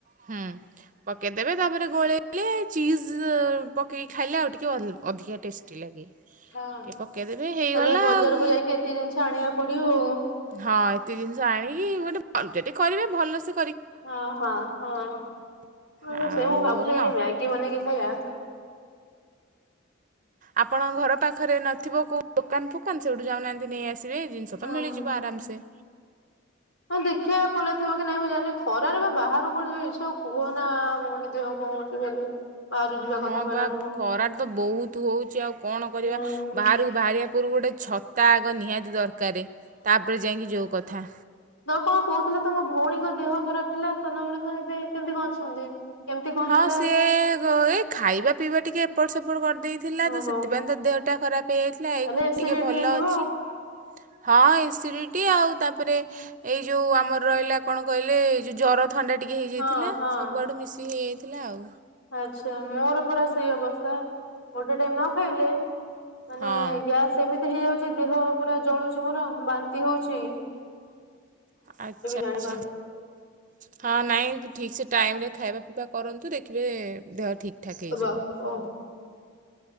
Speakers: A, on the right; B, on the left.
A: ହୁଁ ପକେଇଦେବେ ତାପରେ ଗୋଳେଇ ଲେ ଚିଜ ଅ ପକେଇକି ଖାଇଲେ ଆଉ ଟିକେ ଅ ଅଧିକା ଟେଷ୍ଟି ଲାଗେ।
B: ହଁ
A: ଟିକେ ପକାଇଦେବେ
B: ତାହେଲେ
A: ହେଇଗଲା
B: ବଜାରକୁୁ
A: ଉଁ,
B: ଯାଇକି ଏତେ ଜିନିଷ ଆଣିଆକୁ ପଡିବ ଆଉ।
A: ହଁ ଏତେ ଜିନିଷ ଆଣିକି ଗୋଟେ ଭ ଯଦି କରିବେ ଭଲ ସେ
B: ହଁ ହଁ ହଁ ମୁଁ
A: ଆଉ
B: ବି ସେ ମୁଁ ଭାବୁଛି ଟିକେ
A: ନ
B: ମ୍ୟାଗି ବନେଇକି ଖାଇବା।
A: ଆପଣଙ୍କ ଘର ପାଖରେ ନଥିବ କୋଉ ଦୋକାନ ଫୋକାନ ସେଇଠୁ ଯାଉନାହାନ୍ତି ନେଇ ଆସିବେ ଜିନିଷ
B: ହଁ।
A: ତ ମିଳିଯିବ ଆରାମସେ।
B: ହଁ ଦେଖିଆ ଖୋଲା ଥିବ କି ନାଇଁ ମୁଁ ଜାଣିନି ଖରାରେ ବା ବାହାରକୁ କୁଆଡେ ଯିବାକୁ ଇଚ୍ଛା ହଉ କୁହନା ଭଉଣୀ ଦେହ ହଉଚି ଖାଲି। ବାହାରୁ ଯିବା
A: ହଁ
B: କଥା କହିଲା
A: ପା
B: ବେଳକୁ
A: ଖରା ତ ବହୁତୁ ହଉଚି ଆଉ କଣ କରିବା
B: ହୁଁ
A: ବାହାରକୁ ବାହାରିବା ପୁର୍ବରୁ ଗୋଟେ ଛତା ଆଗ ନିହାତି ଦରକାରେ ତାପରେ ଯାଇକି ଯୋଉ କଥା।
B: ତ କଣ କହୁଥିଲ ତମ ଭଉଣୀଙ୍କ ଦେହ ଖରାପ ଥିଲା ସାନ ଭଉଣୀଙ୍କର ଏବେ କେମିତି କ ଅଛନ୍ତି? କେମିତି କଣ
A: ହଁ
B: ହେଲା?
A: ସିଏ ଏ ଘଏ ଖାଇବା ପିଇବା ଟିକେ ଏପଟ ସେପଟ କରିଦେଇଥ ଥିଲା
B: ଓହୋ
A: ତ ସେଥିପାଇଁ ତ ଦେହଟା ଖରାପ ହେଇଯାଇଥିଲା ଏଇଖୁଣି
B: ତାହେଲେ ଏସିଡିଟି
A: ଟିକେ ଭଲ
B: ହେଇଥିବ
A: ଅଛି। ହଁ ଏସିଡିଟି ଆଉ ତାପରେ ଏଇ ଯୋଉ ଆମର ରହିଲା କଣ କହିଲେ ଏ ଯୋଉ ଜରତ ଥଣ୍ଡା ଟିକି ହେଇଯାଇଥିଲା
B: ଆଉ ହଁ ହଁ।
A: ସବୁଆଡ଼ୁ ମିଶିକି ହେଇଯାଇଥିଲା ଆଉ।
B: ଆଚ୍ଛା ମୋର ପରା ସେଇ ଅବସ୍ଥା ଗୋଟେ ଟାଇମ ନ ଖାଇଲେ ମାନେ
A: ହଁ
B: ଗ୍ୟାସ୍ ଏମିତି ହେଇଯାଉଚି ଦେହ ପୁରା ଜଳୁଚି ମୋର ବାନ୍ତି ହଉଚି।
A: ଆଚ୍ଛା
B: ଜାଣିପାରୁନି।
A: ଆଛା। ହଁ ନାଇଁ ଠିକ ସେ ଟାଇମ ରେ ଖାଇବା ପିଇବା କରନ୍ତୁ ଦେଖିବେ ଦେହ ଠିକ ଠାକ ହେଇଯିବ
B: ବାପ ହଁ